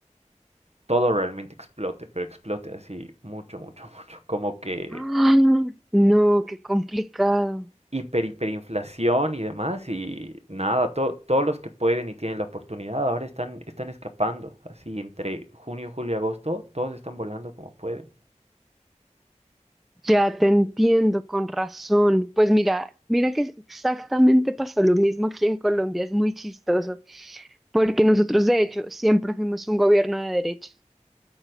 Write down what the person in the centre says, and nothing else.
Ah, no, qué complicado.
Ya te entiendo, con razón. Pues mira, mira que exactamente pasó lo mismo aquí en Colombia, es muy chistoso, porque nosotros de hecho siempre fuimos un gobierno de derecha.